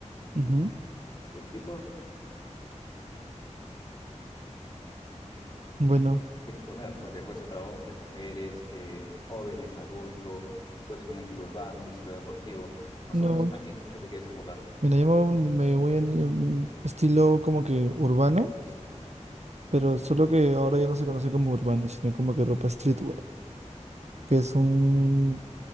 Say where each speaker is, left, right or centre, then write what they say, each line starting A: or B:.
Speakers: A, on the left; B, on the right.
A: y
B: Ujú.
A: pues sí, por,
B: Bueno,
A: quieres poner, porque puede ser para hombres, mujeres, eh, jóvenes, adultos, puede ser un estilo urbano, un estilo deportivo, más
B: no,
A: o menos a qué nicho te quieres enfocar.
B: mira, yo me, voy a un- me voy a ni- un estilo como que urbano, pero solo que ahora ya no se conoce como urbano, sino como que ropa streetwear, que es un,